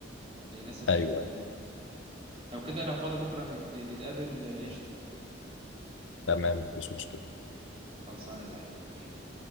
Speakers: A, on the right (about 30°); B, on the left (about 70°).
A: للأسف
B: ايوه
A: الشديد
B: أيوة.
A: يعني لو كده لو فاضي بكرة نت- نتقابل آه، قشطة
B: تمام مفيش مشكلة
A: خلصانة يا زعيم حبيبي